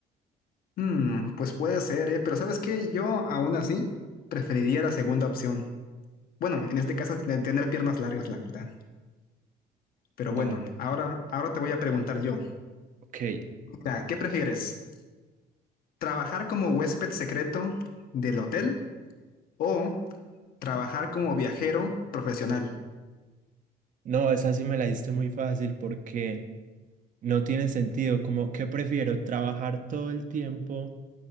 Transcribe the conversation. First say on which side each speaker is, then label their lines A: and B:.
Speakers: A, on the left; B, on the right.
A: Mm, pues puede ser, ¿eh? Pero ¿sabes qué? Yo aún así preferiría la segunda opción. Bueno, en este caso, ten- tener piernas largas, la verdad. Pero
B: Dale.
A: bueno, ahora, ahora te voy a preguntar yo.
B: Ok.
A: Mira, ¿qué prefieres? ¿Trabajar como huésped secreto del hotel o trabajar como viajero profesional?
B: No, esa sí me la diste muy fácil porque no tiene sentido. Como qué prefiero trabajar todo el tiempo